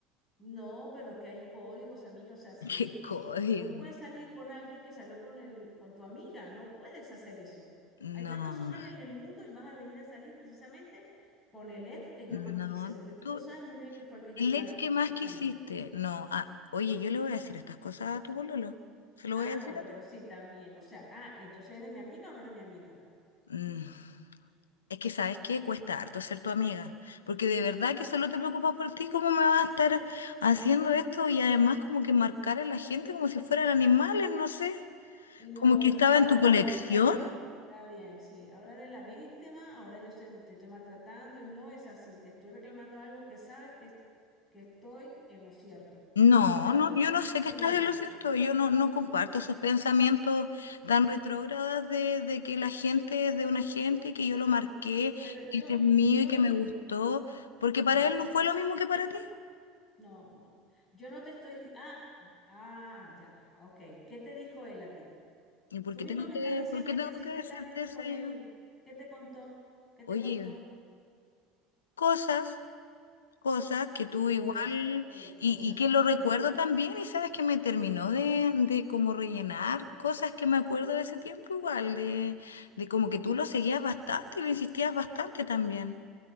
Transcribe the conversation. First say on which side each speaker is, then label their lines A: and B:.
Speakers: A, on the left; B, on the left.
A: no, pero que hay códigos, amiga. O sea, si,
B: <laughs> ¿Qué código?
A: si tú no puedes salir con alguien que salió con el, con tu amiga, no puedes hacer eso.
B: No,
A: Hay tantos hombres en el mundo y vas a venir a salir precisamente con el ex que yo
B: no,
A: más quise,
B: no.
A: porque tú
B: Tú,
A: lo sabes muy bien que fue el que yo
B: el
A: ya,
B: ex que
A: yo
B: más
A: quise
B: quisiste.
A: más.
B: No, ah, oye, yo le voy a decir estas cosas a tu pololo. Se lo
A: Ah,
B: voy a
A: no,
B: decir a
A: pero
B: tu
A: sí, también. O sea, ah, entonces eres mi amiga o no eres mi amiga.
B: Mm, Es que sabes qué cuesta harto ser tu amiga, porque de verdad que solo te preocupas por ti, ¿cómo me vas a estar haciendo esto? Y además como que marcar a la gente como si fueran animales, no sé,
A: Y no,
B: como que
A: pero
B: estaba
A: ahora,
B: en tu
A: ahora
B: colección.
A: eres la víctima. Está bien, sí. Ahora eres la víctima, ahora yo sé- te estoy maltratando y no es así. Te estoy reclamando algo que sabes que, es- que estoy en lo cierto.
B: No,
A: Sabes
B: no,
A: muy,
B: yo no sé
A: sabes
B: que estás
A: muy
B: en
A: bien.
B: lo cierto, yo no, no comparto esos pensamientos tan retrógradas de, de que la gente es de una gente y que yo lo marqué,
A: Pero
B: y
A: yo,
B: que es mío
A: yo
B: y que
A: no,
B: me gustó, porque para
A: no,
B: él no fue lo mismo que para ti.
A: no, no. Yo no te estoy, di- ah, ah, ya, ah, ok. ¿Qué te dijo él a ti?
B: ¿Y por
A: Tú
B: qué
A: misma
B: tengo
A: me
B: que,
A: estás diciendo
B: por qué tengo
A: que sí
B: que
A: te
B: decirte
A: estás viendo
B: eso
A: con
B: yo?
A: él. ¿Qué te contó? ¿Qué te
B: Oye,
A: contó?
B: cosas, cosas que tú
A: Cosas,
B: igual,
A: ok, cosas.
B: y, y que lo recuerdo
A: Está bien.
B: también, y sabes que me terminó de, de como rellenar cosas que me acuerdo de ese tiempo igual, de, de como que tú lo seguías bastante y lo insistías bastante también.